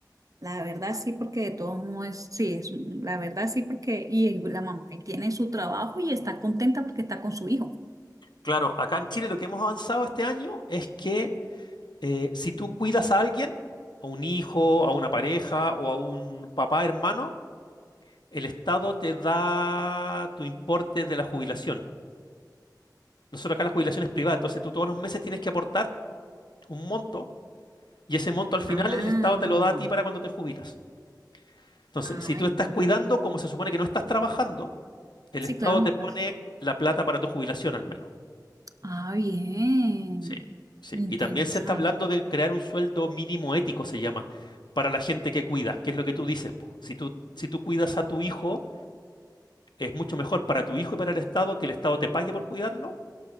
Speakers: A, on the right; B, on the left.
A: la verdad sí, porque de todos modos, sí, es, un- la verdad sí, porque y la mamá y tiene su trabajo y está contenta porque está con su hijo.
B: Claro, acá en Chile lo que hemos avanzado este año es que eh, si tú cuidas a alguien, a un hijo, a una pareja o a un papá, hermano, El Estado te da tu importe de la jubilación. Nosotros acá la jubilación es privada, entonces tú todos los meses tienes que aportar un monto y ese monto al final
A: Ah,
B: el Estado te lo da a ti para cuando te jubilas. Entonces,
A: ay,
B: si tú estás cuidando, como se supone que no estás trabajando, el
A: sí,
B: Estado
A: claro.
B: te pone
A: as-
B: la plata para tu jubilación al menos.
A: Ah, bien,
B: Sí. Sí.
A: interesante.
B: Y también se está hablando de crear un sueldo mínimo ético, se llama, para la gente que cuida, que es lo que tú dices, po. Si tú, si tú cuidas a tu hijo, es mucho mejor para tu hijo y para el Estado que el Estado te pague por cuidarlo